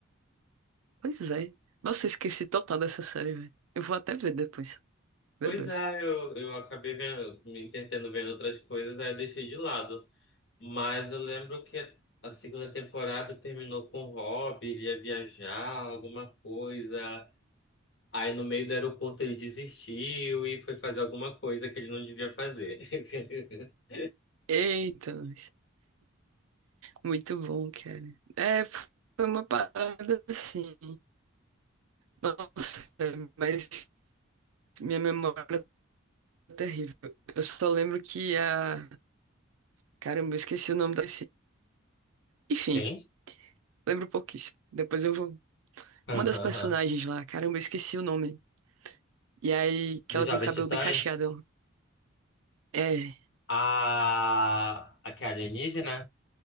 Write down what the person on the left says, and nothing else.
Pois
é, eu, eu acabei vendo, me entretendo vendo outras coisas, aí eu deixei de lado. Mas eu lembro que a segunda temporada terminou com o Rob, ele ia viajar, alguma coisa. Aí no meio do aeroporto ele desistiu e foi fazer alguma coisa que ele não devia fazer. <laughs>
Quem?
<laughs>
Dos
Jovens
Titãs?
A. A que é alienígena?